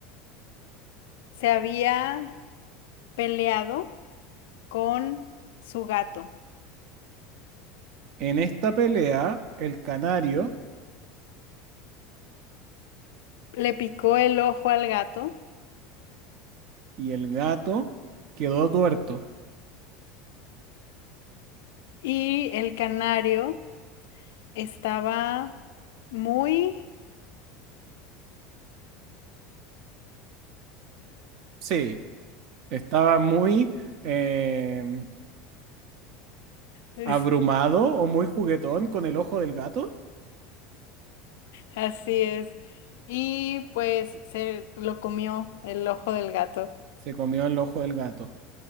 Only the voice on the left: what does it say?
Se había peleado con su gato.
Le picó el ojo al gato
y el canario estaba muy
<laughs>
Así es. Y pues se lo comió el ojo del gato.